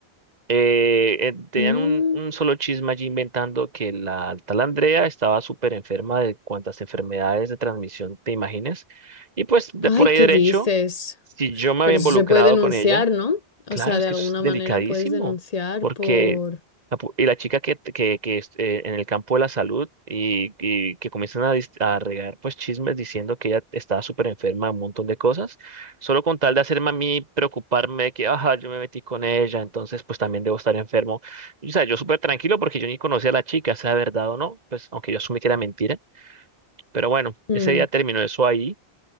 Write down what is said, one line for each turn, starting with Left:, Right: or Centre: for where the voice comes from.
Right: Eh, eh, tenían
Left: Mm,
Right: un, un solo chisme allí inventando que la tal Andrea estaba súper enferma de cuantas enfermedades de transmisión te imagines. Y pues de
Left: Ay,
Right: por ahí
Left: ¿qué
Right: derecho,
Left: dices?
Right: si yo me
Left: Pero
Right: había involucrado
Left: eso se puede denunciar,
Right: con ella.
Left: ¿no? O
Right: Claro,
Left: sea,
Right: es
Left: de
Right: que
Left: alguna
Right: eso es delicadísimo,
Left: manera puedes denunciar
Right: porque
Left: por...
Right: la, pu- y la chica que, que, que es, eh, en el campo de la salud y, y que comienzan a, dis- a regar pues chismes diciendo que ella estaba súper enferma, un montón de cosas, solo con tal de hacerme a mí preocuparme de que, ajá, yo me metí con ella, entonces pues también debo estar enfermo. Y, o sea, yo súper tranquilo porque yo ni conocía a la chica, sea verdad o no, pues aunque yo asumí que era mentira, pero bueno,
Left: Mm,
Right: ese día terminó eso ahí,